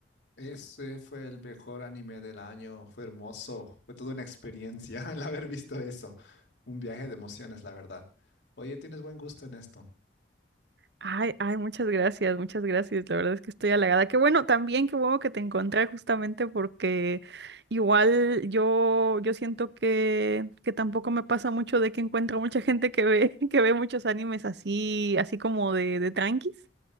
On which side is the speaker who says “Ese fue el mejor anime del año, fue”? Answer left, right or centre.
Left